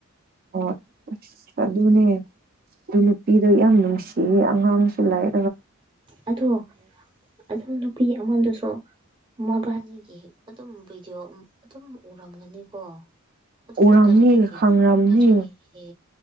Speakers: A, on the right; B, on the right.
A: ꯑꯣ <unintelligible> ꯑꯗꯨꯅꯦ ꯑꯗꯨ ꯅꯨꯄꯤꯗꯣ ꯌꯥꯝ ꯅꯨꯡꯁꯤꯌꯦ ꯑꯉꯥꯡꯁꯨ ꯂꯩ
B: ꯑꯗꯣ ꯑꯗꯣ ꯅꯨꯄꯤ ꯑꯃꯗꯨꯁꯨ ꯃꯕꯥꯅꯤꯒꯤ ꯑꯗꯨꯝ ꯚꯤꯗꯤꯑꯣ ꯎꯝ ꯑꯗꯨꯝ ꯎꯔꯝꯒꯅꯤꯀꯣ꯫ ꯑꯗꯨꯗ
A: ꯎꯔꯝꯅꯤ
B: ꯀꯔꯤꯒꯤ
A: ꯈꯪꯔꯝꯅꯤ
B: ꯀꯔꯤꯒꯤ